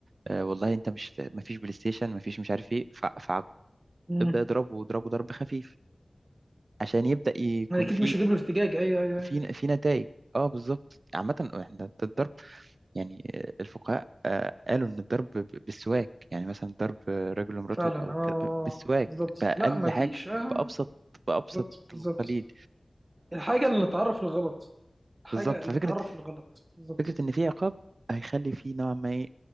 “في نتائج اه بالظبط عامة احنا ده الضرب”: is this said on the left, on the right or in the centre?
Right